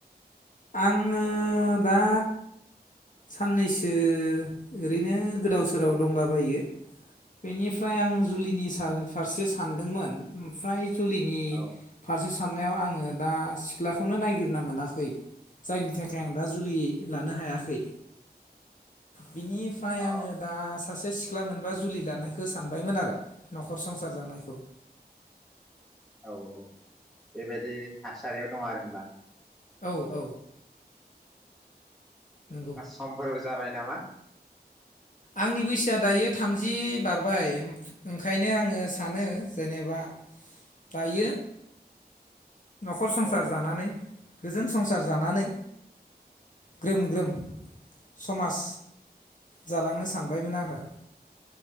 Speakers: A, on the left (about 50°); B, in the centre.
A: आङो दा साननैसो ओरैनो गोदाव सोराव दंलाबायो बेनिफ्राय आं जुलिनि सा फारसे सानदोंमोन ओमफ्राय जुलिनि
B: औ
A: फारसे साननायाव आङो दा सिख्लाखौनो नायगिरना मोनाखै। जायनि थाखाय आं दा जुलि लानो हायाखै। बिनिफ्राय
B: अ
A: आङो दा सासे सिख सिख्ला मोनबा जुलि लानायखौ सानबायमोन आरो न'खर संसार जानायखौ।
B: औ औ बेबायाददि थासारियाव दं आरो होनबा
A: औ औ नंगौ
B: सम्फोर जाबाय नामा
A: आंनि बैसोआ दायो थामजि बारबाय ओंखायनो आङो सानो जेनेबा दायो न'खर संसार
B: औ
A: जानानै गोजोन संसार जानानै ग्रोम ग्रोम समाज जालांनो सानबायमोन आरो